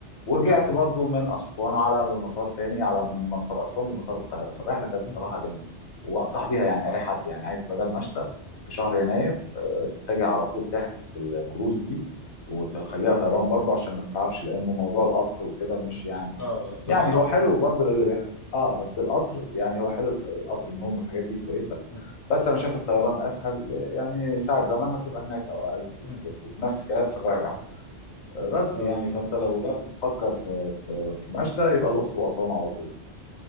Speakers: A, on the left; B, on the left.
A: ورجعت
B: اه
A: برضو من اسوان على المطار تاني على من مطار اسوان لمطار القاهره فالرحله كانت
B: أمم.
A: صراحه جميله وانصح بيها يعني اي حد يعني عايز بدل مشتى في شهر يناير آه، تتجه على طول تحجز في الكروز دي وتخليها طيران برضو عشان ما تتعبش لان موضوع القطر وكده مش يعني
B: اه طريق
A: يعني
B: صعب
A: هو حلو برضو للي بيحب اه بس القطر يعني هو حلو قطر النوم والحاجات دي كويسه
B: امم
A: بس انا شايف الطيران اسهل يعني ساعه زمن هتبقى هناك او اقل من
B: أمم.
A: كده وبنفس الكلام في الرجعه بس
B: آه.
A: يعني فانت لو لو بتفكر في في, في مشتى يبقى الاقصر واسوان على طول